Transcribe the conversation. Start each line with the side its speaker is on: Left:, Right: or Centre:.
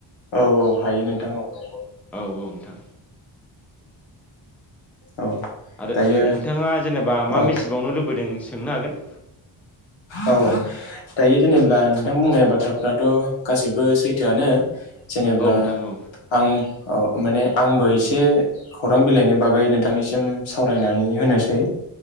Left: औ औ हायो नोंथां औ नंगौ।
Centre: औ औ नोंथां
Left: औ
Centre: आरो
Left: दायो
Centre: नोंथाङा जेनेबा मा
Left: औ
Centre: मिथिबावनो लुबैदों सोंनो हागोन।
Left: औ दायो जेनेब्ला नोंथां बुंनाय बाथ्राफ्राथ' गासैबो सैथोआनो जेनेब्ला
Centre: औ नोंथां औ
Left: आं अ माने आंबो ए से खौरां बिलाइनि बागै नोंथांनिसिम सावरायनानै होनोसै।